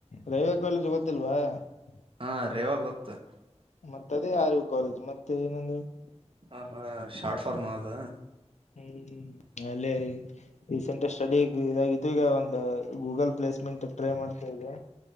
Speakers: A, on the left (about 75°); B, on the right (about 50°).
A: ರೈವೆ ಕಾಲೇಜ್ ಗೊತ್ತಿಲ್ವಾ? <unintelligible>
B: ಹಾ ರೇವಾ ಗೊತ್ತ. <unintelligible>
A: ಮತ್ತ ಅದೇ ಆರಿವಿ ಕಾಲೇಜ್ ಮತ್ತೆ ಏನಂದ್ರೆ <unintelligible>
B: ಹ ಹಾ ಶಾರ್ಟ ಫಾರ್ಮ್ ಅದ <unintelligible>
A: ಹು ಅಲೇ ರೀಸೆಂಟ್ ಸ್ಟಡಿ ಇದಾಗಿತ್ತು ಈಗ ಒಂದು ಗೂಗಲ್ ಪ್ಲೇಸ್ <unintelligible> ಮೆಂಟ್ <unintelligible> ಟ್ರೈ ಮಾಡ್ತಿದಿಯಾ?